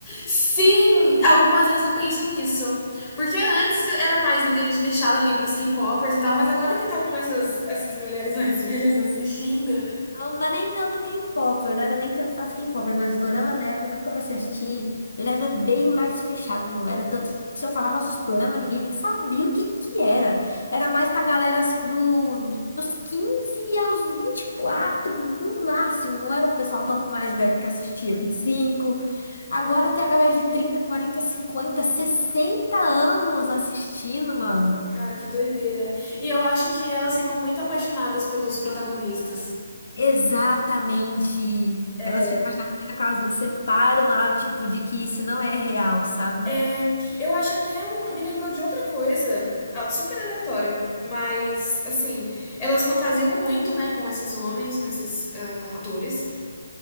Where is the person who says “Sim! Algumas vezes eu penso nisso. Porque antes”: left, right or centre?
Left